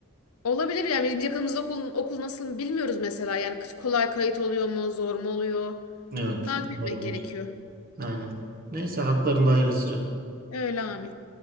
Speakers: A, on the left; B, on the right.
A: Olabilir yani bizim yakınımızda okul, okul nasıl bilmiyoruz mesela. Yani kolay kayıt oluyor mu, zor mu oluyor?
B: Evet.
A: Takip etmek
B: Doğru.
A: gerekiyor.
B: Aynen. Neyse haklarında hayırlısı canım.
A: Öyle Ahmet.